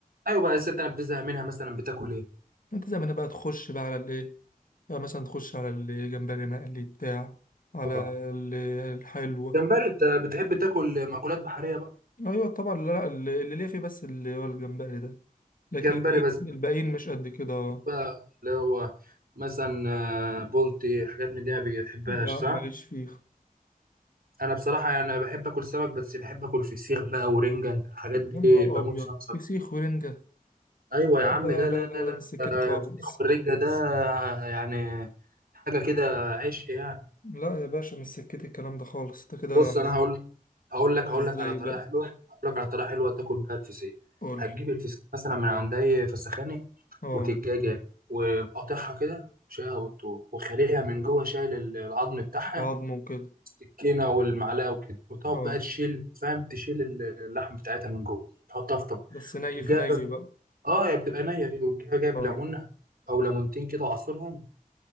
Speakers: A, on the right (about 80°); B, on the left (about 70°).
A: ايوه بقى الست انا بتزهق منها مثلا بتاكل ايه
B: انت زي ما انا بقى تخش بقى على الايه بقى مثلا تخش على الجمبري مقلي بتاع على
A: اه
B: ال- الحلوه
A: جمبري انت بتحب تاكل مأكولات بحرية بقى
B: ايوه طبعا لا لا اللي اللي ليه فيه بس اللي هو الجمبري ده لكن
A: جمبري
B: الباقيين
A: بس
B: الباقيين مش قد كده
A: بقى اللي هو مثلا آه، بولتي حاجات من دي ما بتحبهاش
B: لا
A: صح؟
B: ماليش فيه
A: انا بصراحة يعني بحب اكل سمك بس بحب اكل فسيخ بقى ورنجة انت الحاجات دي
B: يا نهار
A: بموت
B: ابيض
A: فيها بصراحة
B: فسيخ ورنجه
A: ايوه يا عم
B: لا لا
A: لا
B: لا
A: لا
B: لا
A: لا لا
B: ده مش سكتي
A: آه،
B: خالص
A: الفسيخ والرنجة ده آه، يعني حاجة كده عشق يعني
B: لا يا باشا مش سكتي الكلام ده خالص انت كده
A: بص انا هقول لك هقول لك هقول
B: ازاي
A: لك على طريقة
B: بقى
A: حلوة هقول لك على طريقة حلوة تاكل بيها الفسيخ
B: قول
A: هتجيب الفسيخ مثلا من عند اي فسخاني
B: اه
A: وتتجاجة وقاطعها كده شايلها بالطول وخليها من جوه شايل ال- العظم بتاعها
B: بعضمه وكده
A: السكينة والمعلقة وكده وتقعد
B: اه
A: بقى تشيل فاهم تشيل ال- اللحم بتاعتها من جوه تحطها في طب
B: بس ني
A: وتقوم
B: في
A: جايب
B: ني
A: ال-
B: بقى
A: اه هي بتبقى نية كده وتجيب جايب
B: اه
A: ليمونة أو ليمونتين كده وعصرهم